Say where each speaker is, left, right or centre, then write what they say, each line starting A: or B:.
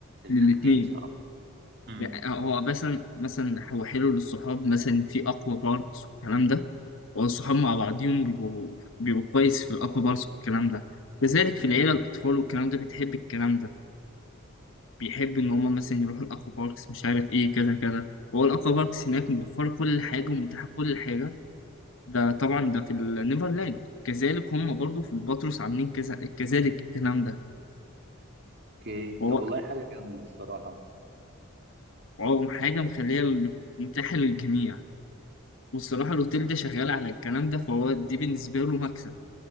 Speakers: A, on the right; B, on the left.
A: للحاجتين
B: للاتنين
A: الصراحة امم
B: يعني هو مثلا مثلا هو حلو للصحاب مثلا في أقوى باركس والكلام ده والصحاب مع بعضهم بيبقوا بيبقوا كويس في الأقوى باركس والكلام ده كذلك في العيلة الأطفال والكلام ده بتحب الكلام ده بيحب إن هما مثلا يروحوا الأقوى باركس مش عارف إيه كذا كذا هو الأقوى باركس هناك موفرة كل حاجة ومتاحة كل حاجة ده طبعا ده في النيفرلاند كذلك هم برضو في البطرس عاملين كذا كذلك الكلام ده
A: اوكي
B: وهو
A: طب والله حاجة جامدة الصراحة
B: هو حاجة مخلية ال- متاحة للجميع والصراحة الأوتيل ده شغال على الكلام ده فهو دي بالنسبة له مكسب